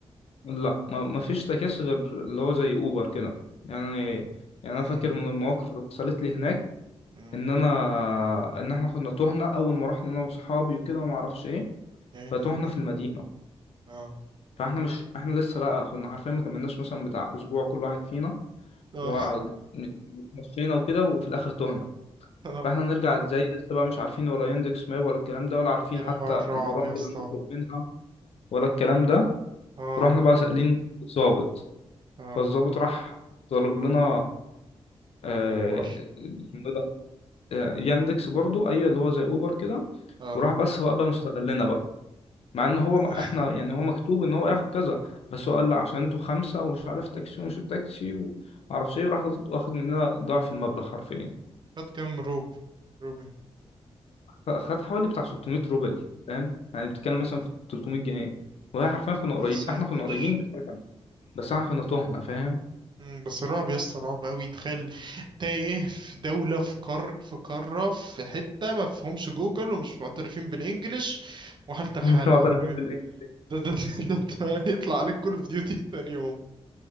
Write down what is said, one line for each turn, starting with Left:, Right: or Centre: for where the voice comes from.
Left: لا ما ما فيش تكاسي غير اللي هو زي اوبر كده يعني يعني
Right: امم
Left: انا فاكر من المواقف اللي حصلت لي هناك
Right: امم
Left: ان انا ان احنا كنا تهنا اول ما رحنا انا واصحابي وكده وما اعرفش ايه
Right: يا عيني
Left: فتهنا
Right: يا ابني
Left: في المدينه
Right: اه
Left: فاحنا مش احنا لسه بقى كنا حرفيا ما كملناش مثلا بتاع اسبوع كل واحد فينا
Right: اه
Left: ومشينا وكده وفي الاخر تهنا
Right: <laughs> اه
Left: فاحنا نرجع ازاي لسه بقى مش عارفين ولا يندكس ماب ولا الكلام ده ولا عارفين
Right: يا لهوي
Left: حتى
Right: على الرعب
Left: البرامج
Right: يا اسطى
Left: اللي هنطلب منها ولا الكلام ده
Right: اه
Left: ورحنا بقى سائلين الضابط
Right: اه
Left: فالضابط راح طلب لنا آه،
Right: اوبر
Left: اسمه إيه ده؟ آه، ياندكس برضو ايوه اللي هو زي اوبر كده
Right: اه
Left: وراح بس هو بقى مستغلنا بقى مع ان هو
Right: <laughs>
Left: احنا يعني هو مكتوب ان هو ياخد كذا بس هو قال لا عشان انتوا خمسه ومش عارف تاكسي ومش تاكسي ومعرفش ايه وراح واخد مننا ضعف المبلغ حرفيا
Right: خد كام روب روبي
Left: خ- خد حوالي بتاع 600 روبل فاهم يعني بتتكلم مثلا
Right: مم.
Left: في 300 جنيه وهي حرفيا كنا
Right: يا
Left: قريب
Right: ساتر
Left: احنا كنا قريبين بس هو كان- بس احنا كنا تهنا فاهم
Right: مم، بس رعب يا اسطى رعب قوي تخيل تايه في دولة في قار في قارة في حتة ما فيهمش جوجل ومش معترفين بالانجليش وحالتك
Left: مش
Right: حالة
Left: معترفين
Right: حرفيا
Left: بالانجلش
Right: ده ده ده, ده, ده يطلع عليك كول اوف ديوتي تاني يوم